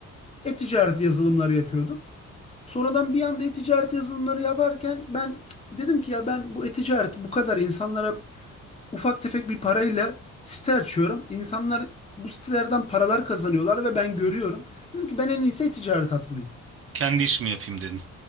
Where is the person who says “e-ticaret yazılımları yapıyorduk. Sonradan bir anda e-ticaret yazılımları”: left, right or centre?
Left